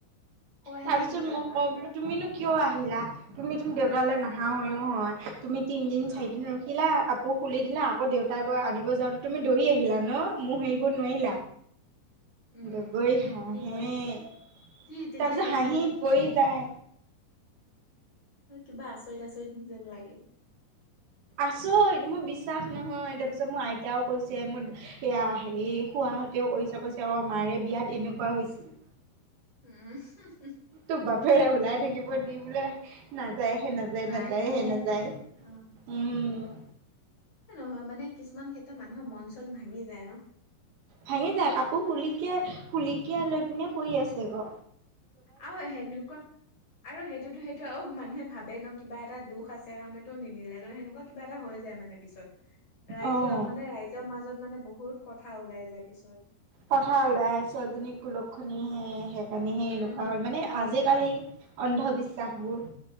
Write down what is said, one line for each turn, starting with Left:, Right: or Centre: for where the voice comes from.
Left: কয়
Right: তাৰ
Left: নে
Right: পিছত
Left: কেতিয়াবা
Right: মই কওঁ বোলো- তুমিনো কিয় আহিলা? তুমিতো দেউতালৈ নাহা হৈও হয়, তুমি তিনদিন
Left: অ
Right: চাৰিদিন- খিলা কাপোৰ খুলি দিলা আকৌ দেউতাই গৈ আনিব যাওঁতে তুমি দৌৰি আহিলা ন? মোহ এৰিব নোৱাৰিলা।
Left: উম
Right: দগৰি হাঁহে
Left: কি কয় তেতিয়া
Right: তাৰপিছত
Left: কি তেতিয়া ৰিপ্লাইটো
Right: হাঁহিত
Left: কি
Right: পৰি
Left: দিয়ে
Right: যায়।
Left: সেই কিবা আচৰিত আচৰিত যেন লাগে।
Right: আচৰিত মোৰ বিশ্বাস নহয় তাৰপিছত মোৰ আইতাও কৈছে মোৰ সেয়া সেই খুড়াহঁতেও কৰিছে কৈছে অ, মাৰে বিয়াত এনেকুৱা হৈছিল।
Left: উম হুম হুম
Right: তোৰ বাপেৰে ওলাই থাকিব দি বোলে নাযায় সে নাযায়
Left: নাহেহে
Right: নাযায় সে নাযায়
Left: নাহে অ
Right: উম।
Left: নহয় মানে কিছুমান ক্ষেত্ৰত মানুহৰ মন চন ভাঙি যায় ন
Right: ভাঙি যায় কাপোৰ খুলিকে খুলিকে লৈ পিনে শুই আছে ক।
Left: আৰু সেনেকুৱা আৰু সেইটোতো সেইটো আৰু মানুহে ভাবে ন কিবা এটা দুখ আছে কাৰণেতো নিনিলে ন সেনেকুৱা কিবা এটা হৈ যায় মানে পিছত ৰাইজৰ
Right: অ'।
Left: মানে ৰাইজৰ মাজত মানে বহুত কথা ওলাই যায় পিছত।
Right: কথাৰ ওলাই আছে ছোৱালী জনী কুলক্ষণি হে। এনেইহে
Left: উম,
Right: এনেকুৱা হ'ল মানে
Left: উম,
Right: আজিকালি অন্ধবিশ্বাসবোৰ